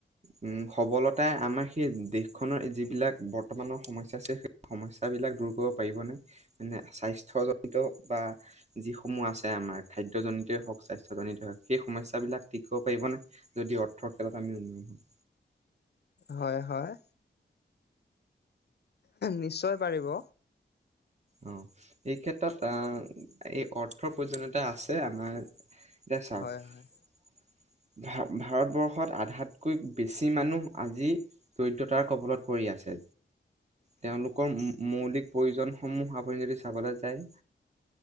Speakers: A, on the right (about 35°); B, on the left (about 55°).
A: উম সবলতাই আমাৰ সেই দেশখনৰ যিবিলাক বৰ্তমানৰ সমস্যা আছে, সেই সমস্যা <unintelligible> বিলাক দূৰ কৰিব পাৰিবনে, মানে স্বাস্থ্যজনিত বা যিসমূহ আছে আমাৰ খাদ্য জনিতই হওক স্বাস্থ্যজনিতই হওক, সেই সমস্যাবিলাক ঠিক কৰিব পাৰিবনে যদি অৰ্থ খেলত আমি উন্নয়ন হম
B: হয় হয়। নিশ্চয় পাৰিব।
A: অ এই ক্ষেত্ৰত আহ, এই অৰ্থ প্ৰয়োজনীয়তা আছে আমাৰ। দে চাওঁক
B: হয় হয়
A: ভা ভাৰতবৰ্ষত আধাতকৈ বেছি মানুহ আজি দৰিদ্ৰতাৰ কবলত পৰি আছে। তেওঁলোকৰ মু মুত। মৌলিক প্ৰয়োজন সমূহ আপুনি যদি চাবলে যাই।